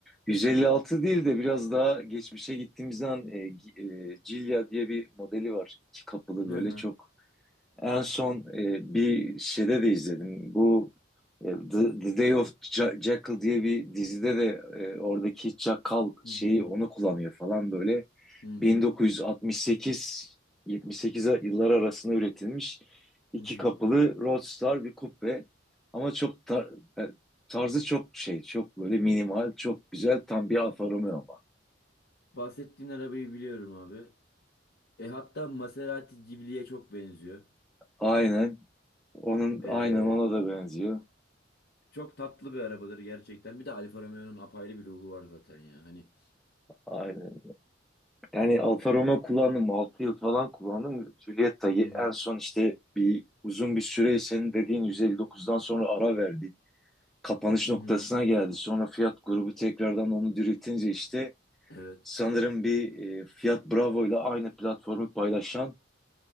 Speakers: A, in the centre; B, on the left.
A: 156 değil de biraz daha geçmişe gittiğimizden e, Gi- e, Giulia diye bir modeli var. İki kapılı
B: Hı
A: böyle
B: hı.
A: çok. En son e, bir şeyde de izledim. Bu e, The, The Day of Ja- Jackal diye bir dizide de e, oradaki çakal şeyi
B: Hı hı.
A: onu kullanıyor falan böyle.
B: Hı hı.
A: 1968-78 yıllar arasında üretilmiş iki
B: Hı hı.
A: kapılı Roadster bir coupe. Ama çok tar- e, tarzı çok şey, çok böyle minimal, çok güzel, tam bir Alfa Romeo ama.
B: Bahsettiğin arabayı biliyorum abi. E hatta Maserati Ghibli'ye çok benziyor.
A: Aynen. Onun
B: E,
A: aynen ona da benziyor.
B: çok tatlı bir arabadır gerçekten. Bir de Alfa Romeo'nun apayrı bir ruhu var zaten ya. Hani
A: Aynen. Yani Alfa Romeo kullandım. altı yıl falan kullandım. Giulietta'yı
B: hı hı
A: en son işte bir uzun bir süre senin dediğin 159'dan sonra ara verdi. Kapanış
B: hı
A: noktasına
B: hı.
A: geldi. Sonra Fiat grubu tekrardan onu diriltince işte
B: Evet.
A: sanırım bir e, Fiat Bravo ile aynı platformu paylaşan